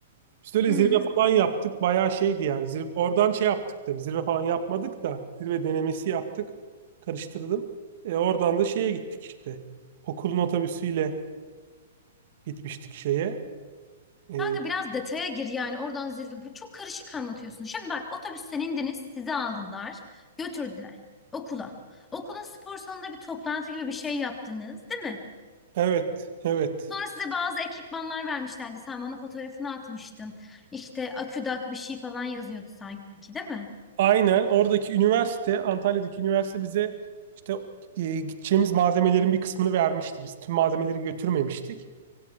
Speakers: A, on the right (about 55°); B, on the left (about 15°).
A: Biz öyle
B: Hmm.
A: zirve falan yaptık. Bayağı şeydi yani. Zirve, oradan şey yaptık da, Zirve falan yapmadık da. Zirve denemesi yaptık. Karıştırdım. E, oradan da şeye gittik işte. Okulun otobüsüyle gitmiştik şeye. E,
B: Kanka biraz detaya gir yani oradan zirve. Bu çok karışık anlatıyorsun. Şimdi bak otobüsten indiniz, sizi aldılar, götürdüler okula. Okulun spor salonunda bir toplantı gibi bir şey yaptınız, değil mi?
A: evet, evet.
B: Sonra size bazı ekipmanlar vermişlerdi. Sen bana fotoğrafını atmıştın. İşte aküdak bir şey falan yazıyordu sanki, değil mi?
A: Aynen oradaki üniversite, Antalya'daki üniversite bize işte e, gideceğimiz malzemelerin bir kısmını vermişti. Biz tüm malzemeleri götürmemiştik.